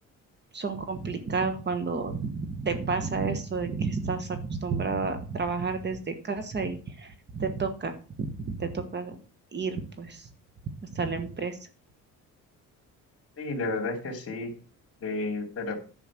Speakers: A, on the right (about 35°); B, on the left (about 45°).
A: son complicados cuando te pasa esto de que estás acostumbrada a trabajar desde casa y te toca, te toca ir pues hasta la empresa.
B: Sí, la verdad es que sí, eh, pero